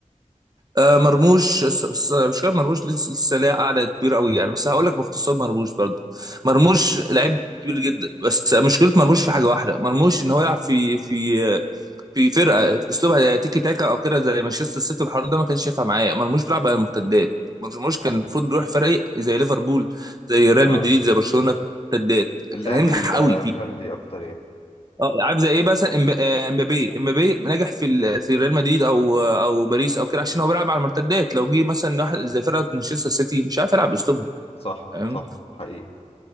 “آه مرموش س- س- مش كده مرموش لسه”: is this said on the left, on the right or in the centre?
Right